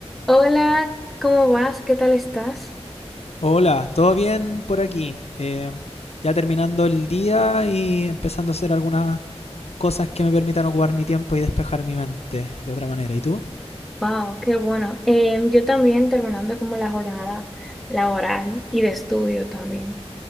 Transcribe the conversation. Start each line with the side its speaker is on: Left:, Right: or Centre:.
Centre: Hola, ¿cómo vas? ¿Qué tal estás?
Left: Hola, ¿todo bien por aquí? Eh, ya terminando el día y empezando a hacer algunas cosas que me permitan ocupar mi tiempo y despejar mi mente de otra manera. ¿Y tú?
Centre: Wow, qué bueno. Em, yo también terminando como la jornada laboral y de estudio también.